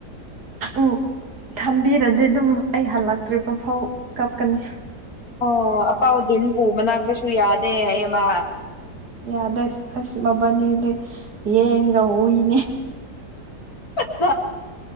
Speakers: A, on the right (about 65°); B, on the left (about 55°).
A: ꯎꯝ ꯊꯝꯕꯤꯔꯗꯤ ꯑꯗꯨꯝ ꯑꯩ ꯍꯜꯂꯛꯇ꯭ꯔꯤꯕ ꯐꯥꯎ ꯀꯞꯀꯅꯤ
B: ꯑꯣ ꯑꯄꯥꯎꯗꯤꯟ ꯄꯨ ꯃꯅꯥꯛꯇꯁꯨ ꯌꯥꯗꯦ ꯑꯩꯑꯃ
A: ꯌꯥꯗꯦ ꯑꯁ ꯃꯕꯥꯅꯤꯗꯤ ꯌꯦꯟꯒ ꯍꯨꯏꯅꯦ
B: <unintelligible>